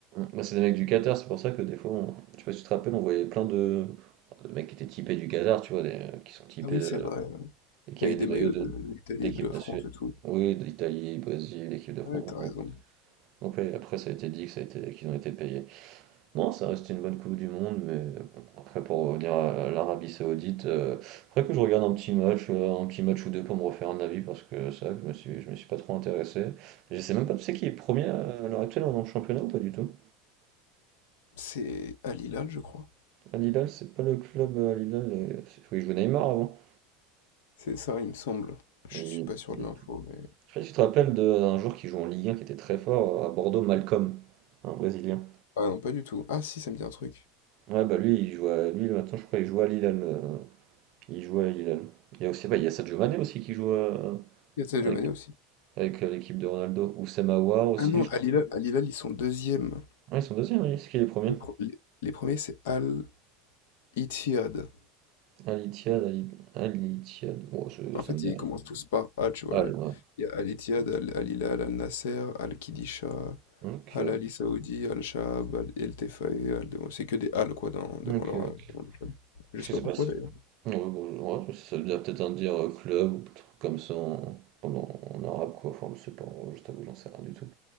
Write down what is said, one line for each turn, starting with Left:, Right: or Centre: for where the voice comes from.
Right: bah, c'est des mecs du Qatar, c'est pour ça que des fois, on- je sais pas si tu te rappelles, on voyait plein de, de mecs qui étaient typés du Qatar, tu vois, des, qui sont typés
Left: Ah oui,
Right: de-
Left: c'est vrai. euh,
Right: et qui
Left: Avec
Right: avaient
Left: des
Right: des
Left: maillots
Right: maillots de-
Left: de l'Italie
Right: d'équipe
Left: et de la
Right: nationale.
Left: France et tout.
Right: Oui, d'Italie, Brésil, l'équipe de France.
Left: Ah ouais, t'as
Right: Donc,
Left: raison.
Right: donc, ouais, après, ça a été dit que ça a été, qu'ils ont été payés. Non, ça reste une bonne Coupe du Monde, mais bon, après pour revenir à l'Arabie Saoudite, euh, faudrait que je regarde un petit match, euh, un petit match ou deux pour me refaire un avis parce que ça, je me suis, je me suis pas trop intéressé. Je sais même pas, tu sais qui est premier à l'heure actuelle dans le championnat ou pas du tout?
Left: C'est Al Hilal, je crois.
Right: Al Hilal, c'est pas le club euh, Al Hilal, euh, c'est celui qui jouait Neymar avant.
Left: C'est ça, il me semble. Je
Right: Mais
Left: suis
Right: il-
Left: pas sûr
Right: il-
Left: de l'info,
Right: Je
Left: mais...
Right: sais pas si tu te rappelles de- d'un joueur qui joue en Ligue 1 qui était très fort euh, à Bordeaux, Malcolm, un Brésilien.
Left: Ah non, pas du tout. Ah si, ça me dit un truc.
Right: Ouais bah lui il joue à, lui maintenant je crois qu'il joue à Al Hilal, euh, il joue à Al Hilal. Il y a aussi bah, il y a Sadio Mané aussi qui joue à,
Left: Il y a Sadio
Right: avec,
Left: Mané aussi.
Right: avec euh, l'équipe de Ronaldo. ou Aouar aussi,
Left: Ah non,
Right: je
Left: Ouais,
Right: crois.
Left: Al Hilal, Al Hilal, ils sont deuxièmes.
Right: Ah, ils sont deuxièmes, oui. C'est qui les premiers?
Left: Le pro- les, les premiers, c'est Al Ittihad.
Right: Al Ittihad, Al Al Ittihad. Bon, ça
Left: En
Right: ça
Left: fait,
Right: me dit
Left: ils
Right: rien.
Left: commencent tous par A, tu vois.
Right: Ah,
Left: là.
Right: là.
Left: Il y a Al Ittihad, Al, Al Hilal, Al Nasser, Al Qidisha,
Right: Ok.
Left: Al Ali Saoudi, Al Shahab, Al El Tefaï, Al Demoul. C'est que des Al, quoi, dans- devant
Right: Ok.
Left: leur, devant leur club. Je
Right: Je
Left: sais pas
Right: sais
Left: pourquoi,
Right: pas si.
Left: d'ailleurs.
Right: Ouais, bon, je- ouais, ça veut dire peut-être un dire euh, club ou un truc comme ça en, en, en arabe, quoi. Enfin, je sais pas. en vrai, Je t'avoue, j'en sais rien du tout.